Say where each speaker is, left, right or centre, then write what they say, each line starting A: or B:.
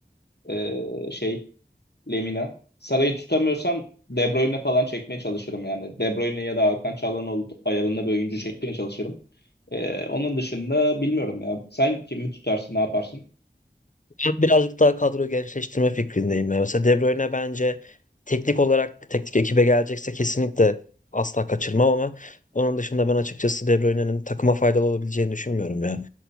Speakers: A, on the left (about 65°); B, on the left (about 45°).
A: e, şey, Lemina. Sara'yı tutamıyorsam De Bruyne falan çekmeye çalışırım yani. De Bruyne ya da Hakan Çalhanoğlu ayarında bir oyuncu çekmeye çalışırım. Ee, onun dışında bilmiyorum ya. Sen kimi tutarsın, ne yaparsın?
B: Ben birazcık daha kadro gençleştirme fikrindeyim. ya. Mesela De Bruyne bence teknik olarak teknik ekibe gelecekse kesinlikle asla kaçırmam ama onun dışında ben açıkçası De Bruyne'nin takıma faydalı olabileceğini düşünmüyorum ya.